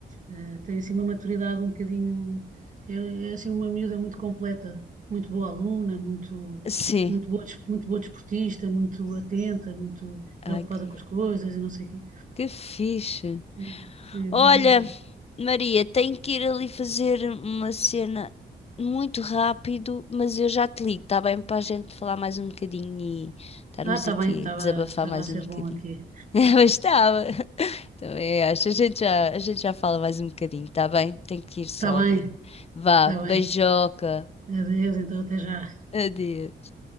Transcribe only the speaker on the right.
Eh, tem assim uma maturidade um bocadinho, é, é assim uma miúda muito completa, muito boa aluna, muito,
muito boa, des- muito boa desportista, muito atenta, muito
preocupada
com as coisas e não sei o quê.
Eh, eh,
Ah, está
bem, estava,
estava
a ser
bom aqui.
Está bem,
está bem.
Adeus, então até já.